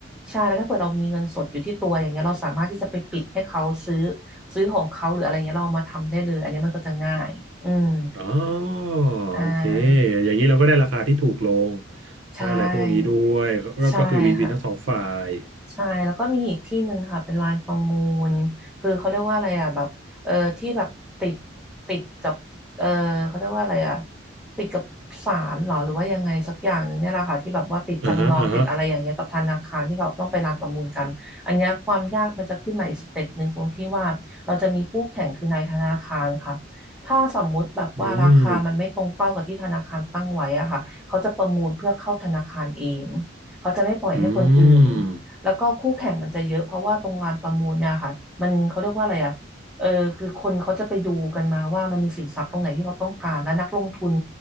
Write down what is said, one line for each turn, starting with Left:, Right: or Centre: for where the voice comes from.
Centre: ใช่แล้วถ้าเปิดเรามีเงินสดอยู่ที่ตัวอย่างเงี้ยเราสามารถที่จะไปปิดให้เขาซื้อซื้อของเขาหรืออะไรเงี้ยเราเอามาทำได้เลยอันเนี้ยมันก็จะง่ายอืม
Right: อ๋อ
Centre: อ่า
Right: โอเคอย่างนี้เราก็ได้ราคาที่ถูกลง
Centre: ใช่
Right: ได้อะไรพวกนี้ด้วยก็ก็คือวินวินทั้งสองฝ่าย
Centre: ใช่ค่ะ ใช่แล้วก็มีอีกที่หนึ่งค่ะเป็นลานประมูลคือเขาเรียกว่าอะไรอ่ะแบบเออที่แบบติดติดกับเออเขาเรียกว่าอะไรอ่ะติดกับศาลเหรอหรือว่ายังไงสักอย่างหนึ่งเนี่ยแหละค่ะที่แบบว่าติดจำนองติดอะไรอย่างเงี้ยกับธนาคารที่เขาต้องไปลานประมูลกันอันเนี้ยความยากมันจะขึ้นมาอีกสเต็ปหนึ่งตรงที่ว่าเราจะมีคู่แข่งคือนายธนาคารค่ะ
Right: อ่าฮะอ่าฮะ
Centre: ถ้าสมมุติแบบว่าราคามันไม่ตรงเป้ากับที่ธนาคารตั้งไว้อะค่ะเขาจะประมูลเพื่อเข้าธนาคารเอง
Right: อืม
Centre: เขาจะไม่ปล่อยให้คนอื่น
Right: อืม
Centre: แล้วก็คู่แข่งมันจะเยอะเพราะว่าตรงลานประมูลเนี่ยค่ะมันเขาเรียกว่าอะไรอ่ะเออคือคนเขาจะไปดูกันมาว่ามันมีสินทรัพย์ตรงไหนที่เขาต้องการและนักลงทุน